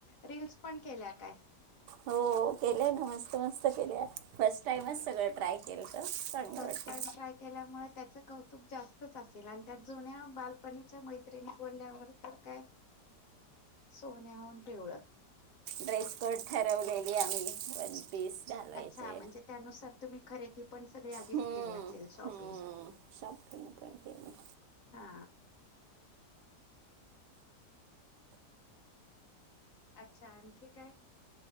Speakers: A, on the left (about 55°); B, on the right (about 80°).
A: रील्स पण केल्या काय?
B: हो केलंय ना मस्त मस्त केल्या, फर्स्ट टाइमच सगळं ट्राय केलं. तर चांगलं
A: फर्स्ट
B: वाटलं
A: टाइम ट्राय केल्यामुळे त्याचं कौतुक जास तच असेल आणि त्यात जुन्या बालपणीच्या मैत्रिणी बोलल्यावर तर काय, सोन्याहुन पिवळं.
B: ड्रेस कोड ठरव लेले आम्ही वन पीस घालायचे.
A: अच्छा म्हणजे त्यानुसार तुम्ही खरेदी पण सगळी आधीच
B: <inaudible> त्यानुसार
A: केली असेल शॉपिंग.
B: तुम्ही हम् हम् शॉपिंग पण केली
A: हा. अच्छा आणखी काय?